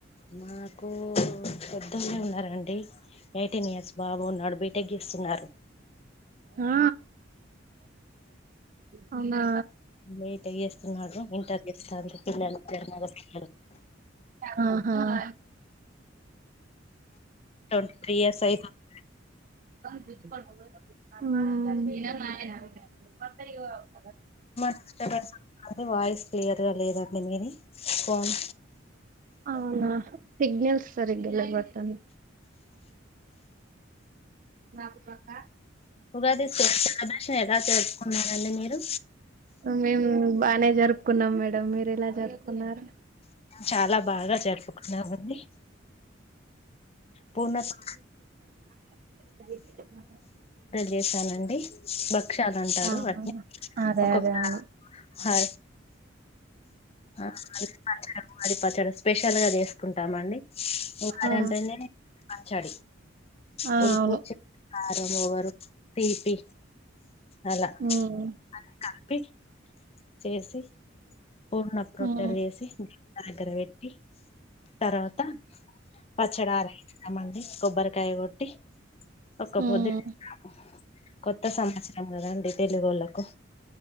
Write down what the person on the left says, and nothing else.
మాకు పెద్దగా ఉన్నారంండి ఎయిటీన్ ఇయర్స్ బాబున్నాడు బయటెక్కిస్తున్నారు
బీటెక్ చేస్తున్నాడు ఇంటర్ చేస్తాండ్రు పిల్లలు ఇద్దరు మగ పిల్లలు
ట్వంటీ త్రీ ఇయర్స్ అయితుంది
డిస్టబెన్స్ కానీ వాయిస్ క్లియర్ గా లేదండి మీది కోన్
ఉగాది స్ సెలబ్రేషన్ ఎలా చేరుసుకున్నానండి మీరు
చాలా బాగా జరుపుకున్నామండి పూర్ణక్
చేశానండి బక్ క్షాలు అంటారు
వాటిని
ఒక్కొక
హ వ పచ్చడి స్పెషల్గా చేసుకుంటామండి వారి
అంటేనే పచ్చడి
పులుపు
కారం ఇవ్వరు పిపీ అలా
అలా కల్పి చేసి పూర్ణపు రొట్టెలు
చేసి దగ్గర పెట్టి తర్వాత పచ్చడి ఆరైదామండి కొబ్బరికాయ కొట్టి ఒక
పొద్దు ఉంటాము కొత్త సంవత్సరం కదండి తెలుగోళ్లకు